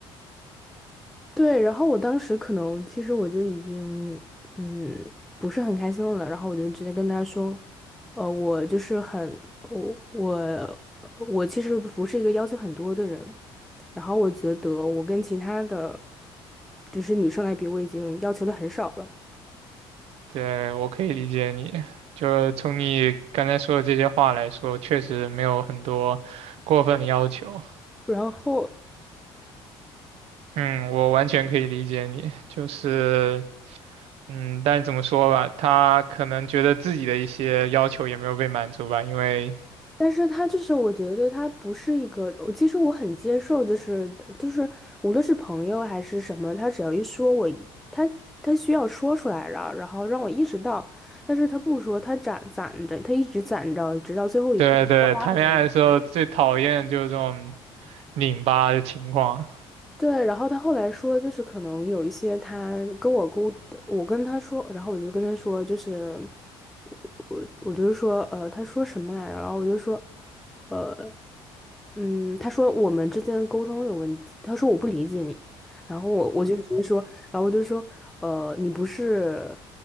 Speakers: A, in the centre; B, on the right.
A: 对，然后我当时可能其实我就已经嗯不是很开心了，然后我就直接跟他说，呃，我就是很我我我其实不是一个要求很多的人，然后我觉得我跟其他的就是女生来比，我已经要求的很少了，
B: 对，我可以理解你。就是从你刚才说的这些话来说，确实没有很多过分的要求。
A: 然后。
B: 嗯，我完全可以理解你，就是，嗯，但怎么说吧，他可能觉得自己的一些要求也没有被满足吧，因为，
A: 但是他就是，我觉得他不是一个，我其实我很接受，就是就是，无论是朋友还是什么，他只要一说我一他他需要说出来了，然后让我意识到，但是他不说，他攒攒着，他一直攒着，直到最后一刻爆发的时候说
B: 对对，谈恋爱的时候最讨厌就是这种拧巴的情况，
A: 对，然后他后来说，就是可能有一些他跟我沟，我跟他说，然后我就跟他说，就是我我就是说，呃，他说什么来着？然后我就说。呃。嗯，他说我们之间沟通有问题，他说我不理解你，然后我我就直接说，然后我就说，呃，你不是